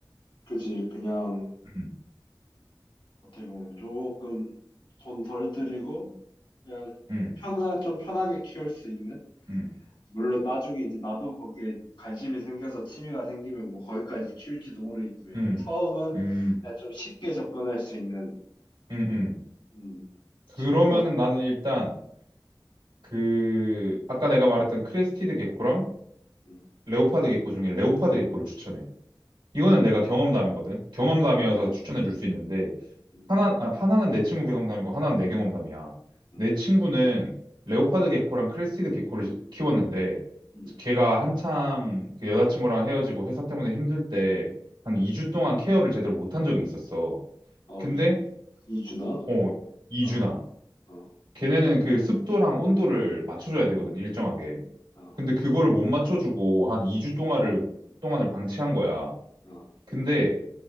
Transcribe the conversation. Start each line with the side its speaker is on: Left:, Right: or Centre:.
Left: 그지, 그냥,
Right: 음,
Left: 어떻게 보면 조금 돈 덜 들이고, 그냥
Right: 음,
Left: 편하, 좀 편하게 키울 수 있는?
Right: 음,
Left: 물론 나중에 이제 나도 거기에 관심이 생겨서 취미가 생기면 뭐 거기까지 키울지도 모르겠지만, 일단
Right: 음,
Left: 처음은
Right: 음,
Left: 그냥 좀 쉽게 접근할 수 있는
Right: 음, 음.
Left: 음, 친구가,
Right: 그러면은 나는 일단 그 아까 내가 말했던 크레스티드 개코랑
Left: 음,
Right: 레오파드 개코 중에 레오파드 개코를 추천해. 이거는 내가 경험담이거든. 경험담이어서
Left: 음,
Right: 추천해 줄 수 있는데
Left: 음,
Right: 하나 아, 하나는 내 친구 경험담이고 하나는 내 경험담이야.
Left: 음,
Right: 내 친구는 레오파드 개코랑 크레스티드 개코를 시- 키웠는데
Left: 음,
Right: 걔가 한창 그 여자친구랑 헤어지고 회사 때문에 힘들 때 한 2주
Left: 음.
Right: 동안 케어를 제대로 못한 적이 있었어.
Left: 어,
Right: 근데
Left: 이, 이- 이준아?
Right: 어 2주나
Left: 어, 어,
Right: 걔네는 그 습도랑 온도를 맞춰줘야 되거든 일정하게.
Left: 어,
Right: 근데 그거를 못 맞춰주고 한 2주 동안을 동안을 방치한 거야.
Left: 어,
Right: 근데